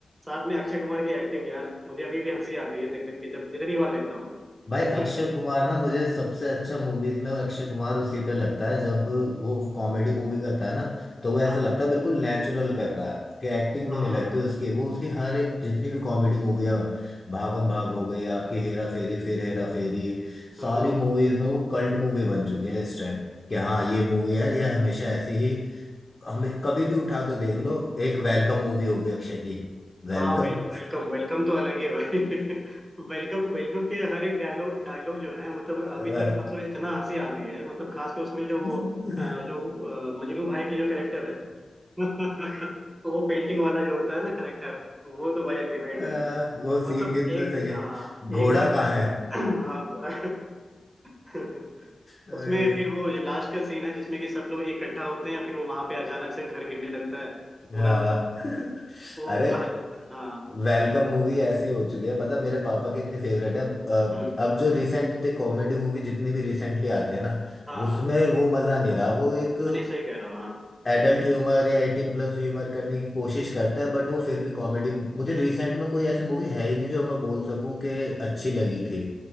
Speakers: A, on the right (about 20°); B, on the left (about 30°).
A: साथ में अक्षय कुमार की एक्टिंग यार मुझे अभी भी हंसी आती है देख देख के जब जितनी बार देखता हूँ मैं
B: भाई अक्षय
A: <laughs>
B: कुमार ना मुझे सबसे अच्छा मूवीज में वो अक्षय कुमार उसी पे लगता है जब वो कॉमेडी मूवी करता है ना तो वो ऐसा
A: हाँ
B: लगता है बिल्कुल नेचुरल कर रहा है कि एक्टिंग
A: हाँ
B: भी नहीं लगती उसकी वो उसकी हर एक जितनी भी कॉमेडी मूवी है भागम भाग हो गई आपकी हेरा फेरी फिर हेरा फेरी
A: हम्म
B: सारी
A: हम्म
B: मूवीज में वो कल्ट मूवी बन चुकी है इस टाइम कि हाँ ये मूवी है ये हमेशा ऐसी ही हमें कभी भी उठा के देख लो एक वेलकम मूवी हो गई अक्षय की वेलकम
A: हाँ वेलकम वेलकम तो अलग ही है भाई <laughs> वेलकम वेलकम के हर एक डायलॉग डायलॉग जो है मतलब अभी
B: <laughs>
A: तक मतलब इतना हंसी आती है मतलब खास कर उसमें जो
B: <laughs>
A: वो अ,
B: आ,
A: जो अ, मजनू भाई की जो कैरेक्टर है <laughs> वो पेंटिंग वाला जो होता है ना कैरेक्टर वो तो भाई अल्टीमेट
B: वो
A: है
B: सीन
A: मतलब
B: कितना
A: एक
B: सही है
A: हाँ
B: घोड़ा
A: एक बार
B: कहाँ
A: मैं
B: है
A: <clears throat> हाँ घोड़ा <laughs>
B: अरे,
A: उसमें फिर वो जो लास्ट का सीन है जिसमें कि सब लोग इकट्ठा होते हैं फिर वो वहां पे अचानक से घर गिरने लगता है पूरा
B: हाँ
A: मतलब वो
B: अरे
A: पूरा हाँ
B: वेलकम मूवी ऐसी हो चुकी है पता मेरे पापा की इतनी फेवरेट है अब
A: हम्म
B: अब जो रिसेंट कॉमेडी मूवी जितनी भी रिसेंटली आती है ना
A: हाँ
B: उसमें वो मजा नहीं रहा वो एक
A: हाँ, नहीं सही कह रहे हो हाँ
B: एडल्ट ह्यूमर या एटीन प्लस ह्यूमर करने की कोशिश करता है बट वो फिर भी कॉमेडी मुझे रिसेंट में कोई ऐसी मूवी है ही नहीं जो मैं बोल सकूं कि अच्छी लगी थी